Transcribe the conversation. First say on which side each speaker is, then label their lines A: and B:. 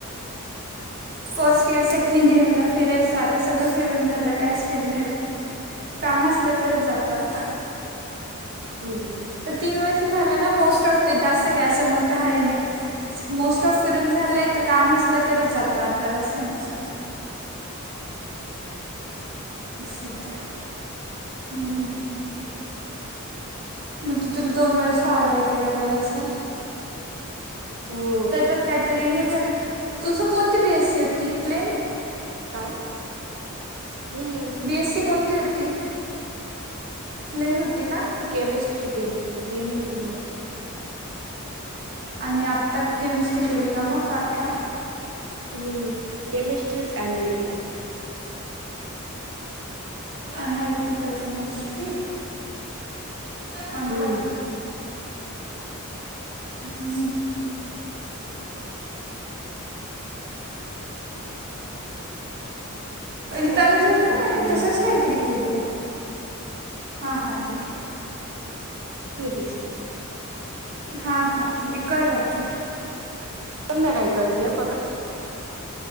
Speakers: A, on the right; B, on the right.
A: फर्स्ट इयर सेकंड इयर ला फिरायचं आता सगळं फिरून झालं कायच फिरण. काम असलं तरच जातं आता
B: हम्म हम्.
A: तर तीन वर्ष झालं ना मोस्ट ऑफ ते जास्त कय असं मोठं आहे नाही मोस्ट ऑफ फिरून झालंय तर काम असलं तरच जातो आत्ता जासं नाही जात.
B: <unintelligible>
A: अस तर हम्. मग तु तुला दोन वर्ष आरवाई केला करायचंय.
B: हो
A: त्याच्यात काहीतरी हे घ्या तुझ कोणती बी एसी होती प्लेन
B: काय हम्म.
A: बी एस सी कोणती होती प्लेन होती का?
B: केमिस्ट्री केली लेन होती हा.
A: आणि आता केमिस्ट्री केली का मग आता
B: हम्म केमिस्ट्री इच आणल्याटिकल.
A: एनालिटिकल केमिस्ट्री चांगलं
B: हम्.
A: हम्म. रतानुजानी
B: चल ठेवू का
A: पण आहे
B: करेल
A: तसंच
B: रात्री
A: काहीतरी केले हां हां ठीक आहे.
B: त तस.
A: हा हा ठीक आहे कर रहात्री.
B: संध्या काही करतेय परत